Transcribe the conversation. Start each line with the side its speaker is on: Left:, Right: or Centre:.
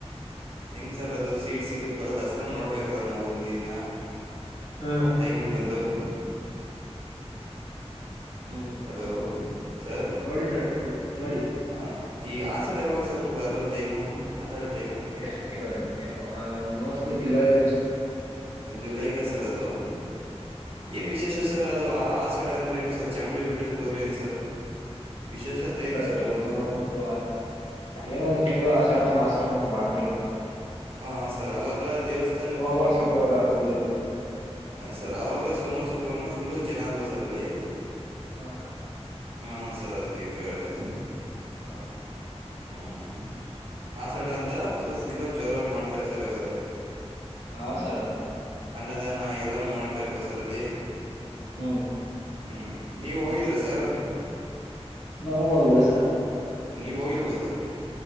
Right: ಹೆಂಗ್ ಸರ್ ಅದು ಸೀಟ್ ಸಿಗುತ್ತಲ್ಲ ದಸರಾ ನೋಡ್ಬೇಕಲ ನಾವು ಒಂದಿನ
Left: ಹ್ಮ್
Right: ಆ ಟೈಮಗೆ ಬಂದು
Left: ಹ್ಮ್
Right: ಹಲೋ ಸರ್
Left: ನೋಡಿ ಸರ್ ನೋಡಿ ನೋಡಿ
Right: ಹ ಈ ಆಸಾಡ ಯಾವಾಗ ಸರ್ ಬರದು ಟೈಮು ಆಸಡ ಟೈಮು
Left: ಎಷ್ಟು ತಿಂಗಳು ಮೋಸ್ಟ್ಲಿ ಜುಲೈಗೆ ಅನ್ಸುತ್ತೆ
Right: ಜುಲೈಗ ಸರ್ ಅದು ಏನ್ ವಿಶೇಷ ಸರ್ ಅದು ಆಸಡ ಅಂದ್ರೆ ನು ಸರ್ ಚಾಮುಂಡಿ ಬೆಟ್ಟಕ್ಕೆ ಹೋದ್ರೆ ಏನ್ ಸರ್ ವಿಶೇಷತೆ
Left: ಸರಿ
Right: ಏನು ಸರ್
Left: ಅಲ್ಲ
Right: ಅವತ್ತು
Left: ಏನೋ ಒಂದು ಏನೋ ಒಂದ್ ತಿಂಗಗಳು ಆಸಾಡ ಮಾಸ ಅಂಬಗ್ ಮಾಡ್ತಾರಲ್ಲ
Right: ಹ ಸರ್ ಅವಾಗ ದೇವಸ್ಥಾನಕ್ಕೆ
Left: ಸಮಾರ ಶುಕವಾರ ಆಫುದು
Right: ಹ ಸರ್ ಅವವಾಗಲೇ ಸೋಮವಾರ ಶುಕ್ರವಾರನ ಫುಲ್ಲು ಜನ ಅಲ್ವಾ ಸರ್ ಅಲ್ಲಿ
Left: ಹಾ ಸರ್
Right: ಹಾ ಸರ್ ಅದಕ್ಕೆ ಕೇಳಿದೆ
Left: ಹ
Right: ಹ ಆಸಡ ಅಂತ ಅದು ಫುಲ್ಲ ಜೋರಾಗಿ ಮಾಡ್ತಾರೆ ಸರ್ಗಾದ್ರೆ
Left: ಹಾ ಸರಾ
Right: ಅ ನಾ ಎಲ್ಲಾನು ಮಾಡ್ತಾರೆಲ್ವಾ ಸರಲ್ಲಿ
Left: ಹ್ಮ್
Right: ಹ್ಮ್ ನೀವ ಹೋಗಿದ್ರ ಸರ್
Left: ನಾವು ಹೋಗಿಲ್ ಸರ್
Right: ನೀವ ಹೋಗಿಲ್ವಾ ಸರ್